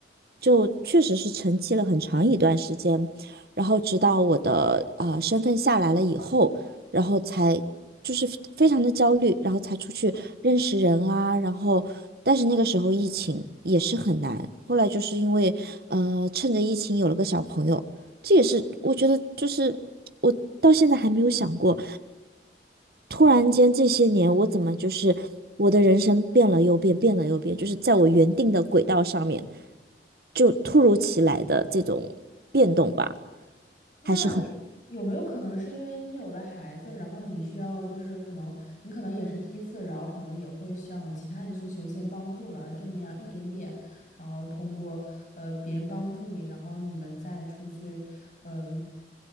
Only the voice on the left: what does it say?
那有有没有可能是因为你有了孩子，
然后你需要就是可能你可能也是第一次，然后可能也会向其他人寻求一些帮助，然后这么样一点点，然后通过呃别人帮助你，然后你们再出去，嗯